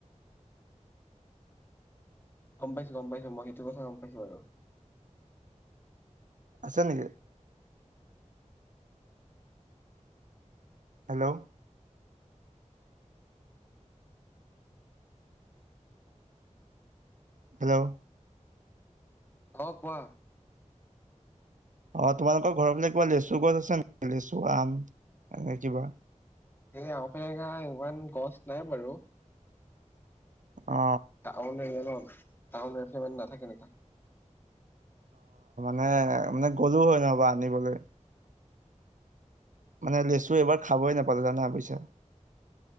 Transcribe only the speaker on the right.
আছে নেকি? হেল্ল' হেল্ল'
অ তোমালোকৰ ঘৰৰ ফালে কিবা লেচু গছ আছে নে লেচু, আম এনে কিবা?
অ
নাই মানে গ'লো হয় নহবা আনিবলে। মানে লেচু এইবাৰ খাবই নাপালো জানা বুইছে।